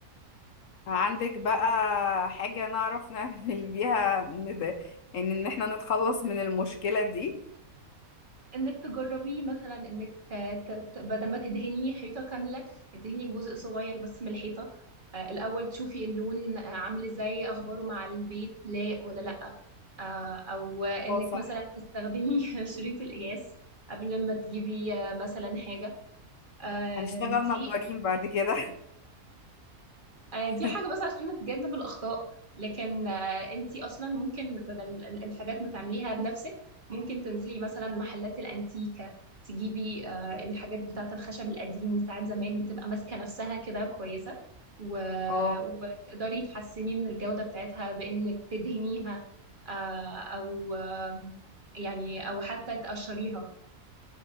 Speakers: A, on the left (about 65°); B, on the right (about 35°).
A: عندك بقى حاجة نعرف نعمل بيها ند- يعني ان احنا نتخلص من المشكلة دي
B: انك تجربي مثلا انك ت... ت... ت- بدل ما تدهني حيطه كامله تدهني جزء صغير بس من الحيطه آه، الاول تشوفي اللون آه، عامل ازاي اخباره مع البيت لايق ولا لا آه، او انك
A: اه صح
B: مثلا تستخدمي <laughs> شريط القياس قبل ما تجيبي آه، مثلا حاجة آه،
A: هنشتغل
B: دي
A: نجارين بعد كده
B: آه، دي
A: <laughs>
B: حاجة بس عشان نتجنب الأخطاء لكن آه، انتي أصلا ممكن بدل ال- الحاجات ما تعمليها بنفسك ممكن تنزلي مثلا محلات الأنتيكة تجيبي آه، الحاجات بتاعة الخشب القديم بتاعة زمان بتبقى ماسكة نفسها كده كويسة و...
A: اه
B: وتقدري تحسني من الجودة بتاعتها بإنك تدهنيها آه، أو آم، يعني أو حتى تقشريها